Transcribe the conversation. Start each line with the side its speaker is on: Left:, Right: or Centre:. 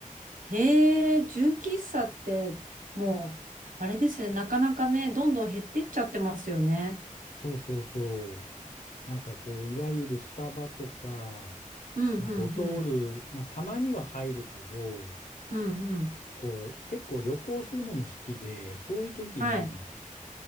Right: へえ、純喫茶って、もう、あれですよね。なかなかね、どんどん減ってっちゃってますよね。
Left: そうそうそう。なんかこう、いわゆるスタバとか、
Right: うん、
Left: まあドトール、
Right: うん、うん、
Left: まあたまには入るけど、
Right: うん、うん。
Left: こう、結構旅行するのも好きで、そういう時に
Right: はい。